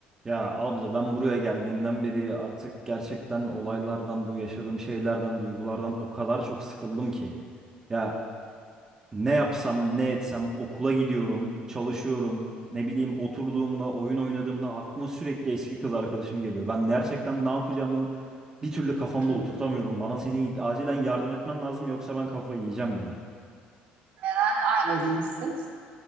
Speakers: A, on the right; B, on the right.
A: Ya abla ben buraya geldiğimden beri artık gerçekten olaylardan, bu yaşadığım şeylerden, duygulardan o kadar çok sıkıldım ki. Ya ne yapsam, ne etsem okula gidiyorum, çalışıyorum. Ne bileyim oturduğumda, oyun oynadığımda aklıma sürekli eski kız arkadaşım geliyor. Ben gerçekten ne yapacağımı bir türlü kafamda
B: Hmm.
A: oturtamıyorum. Bana senin acilen yardım etmen lazım yoksa ben kafayı yiyeceğim ya.
B: Neden ayrıldınız siz?